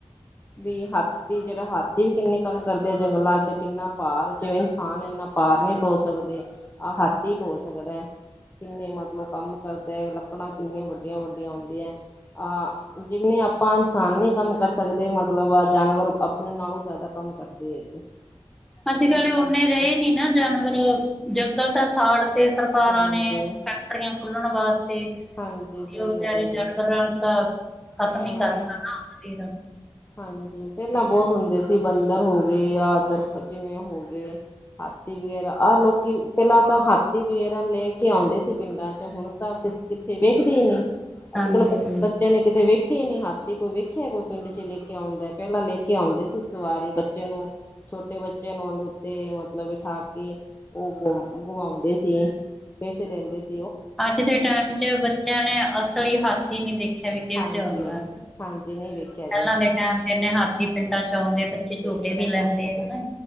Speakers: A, on the left; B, in the centre.
A: ਵੀ ਹਾਥੀ ਜੇੜਾ ਹਾਥੀ ਵੀ ਕਿੰਨੇ ਕੰਮ ਕਰਦੇ ਐ ਜੰਗਲਾ ਚ। ਕਿੰਨਾ ਪਾਰ ਜਿਵੇਂ ਇਨਸਾਨ ਇੰਨਾ ਪਾਰ ਨੀ ਡੋ ਸਕਦੇ ਆਹ ਹੱਥੀ ਡੋ ਸਕਦਾ। ਕਿੰਨੇ ਮਤਲਬ ਕੰਮ ਕਰਦਾ ਐ ਲੱਕੜਾਂ ਕਿੰਨੀਆਂ ਵੱਡੀਆਂ- ਵੱਡੀਆਂ ਹੁੰਂਦੀਆ ਆਹ ਜਿੰਨੇ ਆਪਾਂ ਇਨਸਾਨ ਨੀ ਕੰਮ ਕਰ ਸਕਦੇ ਮਤਲਬ ਆ ਜਾਨਵਰ ਆਪਣੇ ਨਾਲੋਂ ਜਾਦਾ ਕੰਮ ਕਰਦੇ ਐ ਜੀ।
B: ਅੱਜ
A: ਬਹੁਤ
B: ਕੱਲ ਓਨੇ
A: ਕੰਮ ਕਰਦੇ
B: ਰਹੇ ਨੀ ਨਾ ਜਾਨਵਰ ਜੰਗਲ ਤਾਂ ਸਾੜ ਤੇ ਸਰਕਾਰਾਂ
A: ਹਾਂਜੀ
B: ਨੇ ਫੈਕਟਰੀਆਂ ਖੁਲਣ ਵਾਸ ਤੇ
A: ਹਾਂਜੀ ਸਹੀ
B: ਉਹ ਵਿਚਾਰੇ
A: ਗੱਲ ਹੈ ਜੀ
B: ਜਾਨਵਰਾਂ ਨੂੰ ਤਾਂ ਖਤਮ
A: ਹਮ
B: ਹੀ ਕਰਤਾ ਨਾ
A: ਹਾਂਜੀ ਪੈਲਾਂ ਬਹੋਤ ਹੁੰਦੇ ਸੀ ਬੰਦਰ ਹੋ ਗੇ ਆਦਰ ਜਿਵੇਂ ਹੋ ਗੇ। ਹਾਥੀ ਵਗੈਰਾ ਆਹ ਲੋਕੀ ਪੈਲਾਂ ਤਾਂ ਹਾਥੀ ਵਗੈਰਾ ਲੈ ਕੇ ਆਂਦੇ ਸੀ ਪਿੰਡਾਂ ਚ ਹੁਣ‌ ਤਾਂ ਕਿੱਥੇ ਵੇਖਦੀ ਈ ਨੀ।
B: ਹਾਂਜੀ
A: ਅੱਜ ਕੱਲ ਬ ਬੱਚਿਆਂ ਨੇ ਕਿਤੇ ਵੇਖਿਆ ਈ ਨੀ ਹਾਥੀ ਕੋਈ ਵੇਖਿਆ ਕੋਈ ਪਿੰਡ ਚ ਲੈ ਕੇ ਲ ਕੇ ਆਉਂਦਾ ਪਹਿਲਾਂ ਲੈ ਕੇ ਆਉਂਦੇ ਸੀ ਸਵਾਰੀ ਬੱਚੇ ਨੂੰ ਛੋਟੇ ਬੱਚਿਆਂ ਨੂੰ ਉਂਦੇ ਉੱਤੇ ਮਤਲਬ ਬਿਠਾ ਕੇ ਉਹ ਗਮ ਗੁਮਾਉਂਦੇ ਸੀਗੇ। ਪੈਸੇ ਲੈਂਦੇ ਸ
B: ਆਜ ਦੇ ਟੈਮ ਚ ਬੱਚਿਆਂ ਨੇ ਅਸਲੀ ਹੱਥੀ ਨੀ ਦੇਖਿਆ ਵੀ ਕਿਓ
A: ਹਾਂਜੀ
B: ਜਾ ਹੁੰਦਾ।
A: ਹਾਂਜੀ ਨਹੀਂ ਵੇਖਿਆ ਜੀ
B: ਪੈਲਾਂ ਦੇ ਟੈਮ ਚ ਇੰਨੇ ਹਾਥੀ ਪਿੰਡਾਂ ਚ ਆਉਂਦੇ ਬੱਚੇ
A: ਪਿੰਡਾਂ
B: ਝੂਟੇ ਵੀ
A: ਚ
B: ਲੈਂਦੇ
A: ਆਉਂਦਾ
B: ਹਨਾ।